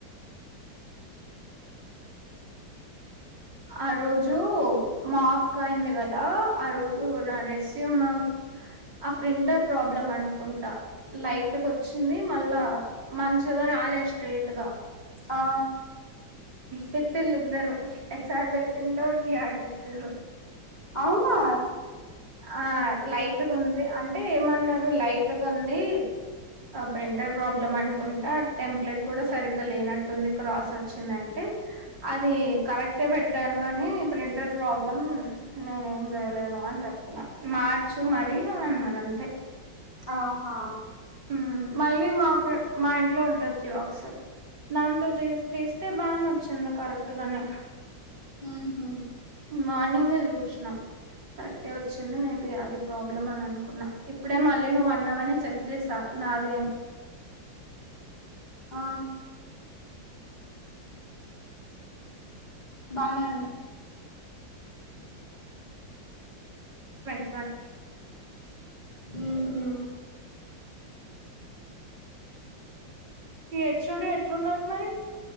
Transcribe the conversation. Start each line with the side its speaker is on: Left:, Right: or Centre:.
Right: ఆ రోజు మార్క్ అయింది కదా ఆ రోజు నా రెస్యుము ఆ ప్రింటర్ ప్రాబ్లం అనుకుంటా లైట్గా వచ్చింది మళ్ళా మంచిగ రాలే స్ట్రేట్గా
Left: ఆ
Right: తిట్టిలందరు హెచ్ ఆర్ దగ్గర్నో టి ఆర్ దగ్గర్నో ఆర్ దట్టిలు
Left: అవునా
Right: ఆ లైట్ టుగుంది అంటే ఏమన్నరు లైట్గా ఉంది ప్రింటర్ ప్రాబ్లం అనుకుంటా టెంప్లెట్ కూడా సరిగా లేనట్టుంది క్రాస్ వచ్చిందంటే అది కరెక్ట్ పెట్ట కాను గాని ప్రింటర్ ప్రాబ్లం నేను ఏం చేయలేను అని చెప్పిన మార్చ్ నువ్ మరీ వార్ అన్నారు అంతే
Left: ఆహా
Right: ఊ మళ్ళీ మా ప్ర మా ఇంట్లో ఉంటది జిరాక్స్ దాంతో చేస్తే తీస్తే బాగానే వచ్చింది కరెక్ట్ గానే
Left: ఊహు
Right: మార్నింగ్ ఏ చుష్ నా కరెక్టే వచ్చింది మే బి అది ప్రాబ్లమ్ అని అనుకున్నా ఇప్పుడే మళ్ళీ నువ్వు అన్నావ్ అని చెక్ చేసా నాదే అని
Left: ఆ బానే ఉంది
Right: ట్వంటీ వన్
Left: ఊహు
Right: హేజ్ ఓ డీ ఎట్లున్నరు మరి